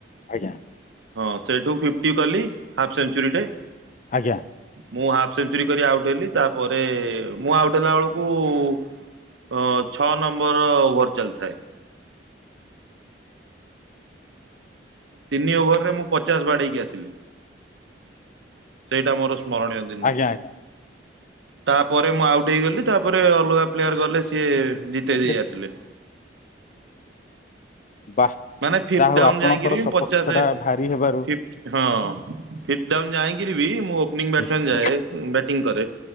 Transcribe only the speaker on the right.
ଜ ହଁ ସେଇଠୁ ଫିଫ୍ଟି କଲି ହାଫ୍ ସେଚୁରୀଟେ
ମୁଁ ହାଫ୍ ସେଞ୍ଚୁରୀ କରି ଆଉଟ୍ ହେଲି ତାପରେ ମୁଁ ଆଉଟ୍ ହେଲା ଅଳୁକୁ ଅ ଛଅ ନମ୍ବର ଓଭର ଚାଲିଥାଏ। ତିନି ଓଭରରେ ମୁଁ ପଚାଶ ବାଡ଼େଇକି ଆସିଲି। ସେଇଟା ମୋର ସ୍ମରଣୀୟ ଦିନ।
ତାପରେ ମୁଁ ଆଉଟ୍ ହେଇଗଲି। ତାପରେ ଅଲଗା ପ୍ଲେୟାର ଗଲେ ସିଏ ଜିତେଇ
ଦେଇ ଆସିଲେ।
ମାନେ ଫିପଥ
ଡାଉନ
ଯାଇକିରି
ପଚାଶ
ଫିପଥ ହଁ। ଫିପଥ ଡାଉନ୍ ଯାଇଁ କିରି ବି ମୋ ୱିନିଙ୍ଗ୍ ବ୍ୟାଟ୍ସମ୍ୟାନ୍
ଯାଏ। ଉଁ ବ୍ୟା ଟିଂ କରେ